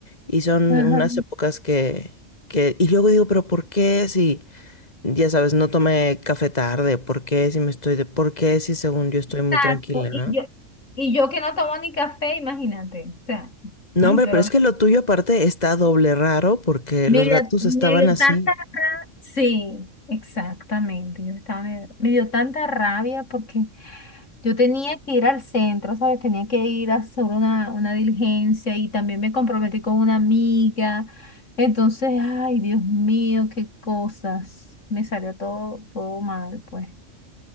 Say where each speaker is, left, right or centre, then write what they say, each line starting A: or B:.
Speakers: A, on the left; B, on the left.
A: Y son
B: Ajá.
A: unas épocas que, que... Y luego digo, pero ¿por qué? Si... ya sabes, no tomé café tarde, ¿por qué si me estoy de, por qué si según yo estoy muy
B: Exacto.
A: tranquila, ¿no?
B: Y yo, y yo que no tomo ni café, imagínate. O sea,
A: No,
B: ay,
A: hombre,
B: pero
A: pero es
B: me,
A: que lo tuyo aparte está doble raro porque
B: me
A: los
B: dio,
A: gatos
B: me
A: estaban
B: dio
A: así.
B: tanta rabia. Sí, exactamente. Yo estaba medio- me dio tanta rabia porque yo tenía que ir al centro, ¿sabes? Tenía que ir a hacer una, una diligencia y también me comprometí con una amiga. Entonces, ay, Dios mío, qué cosas. Me salió todo, todo mal, pues.